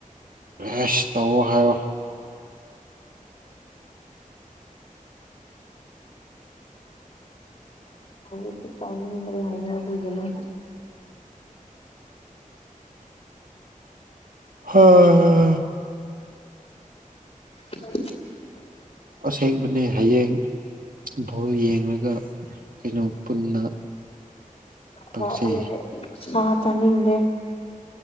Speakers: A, on the right; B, on the left.
A: ꯑꯦꯁ ꯇꯧꯋꯣ ꯍꯥꯏꯌꯣ
B: ꯍꯧꯖꯤꯛꯇꯤ ꯇꯧꯅꯤꯡꯗ꯭ꯔꯦ ꯍꯩꯌꯦ ꯑꯗꯨꯒꯤꯅꯦ
A: ꯍꯥ ꯑ
B: <inaudible>
A: ꯑꯁꯦꯡꯕꯅꯦ ꯍꯌꯦꯡ ꯚꯣꯜ ꯌꯦꯡꯂꯡꯒ ꯀꯩꯅꯣ ꯄꯨꯟꯅ
B: <unintelligible>
A: ꯇꯧꯁꯦ
B: ꯊꯥ ꯇꯥꯅꯤꯡꯗꯦ